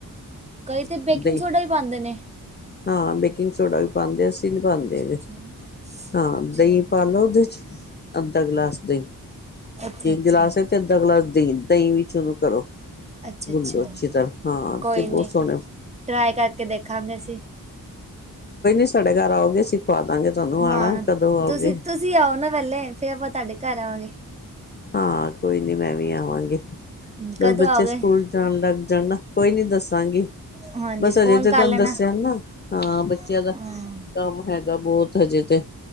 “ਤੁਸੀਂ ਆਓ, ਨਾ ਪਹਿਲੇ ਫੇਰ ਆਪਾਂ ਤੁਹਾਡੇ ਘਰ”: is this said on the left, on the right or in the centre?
Right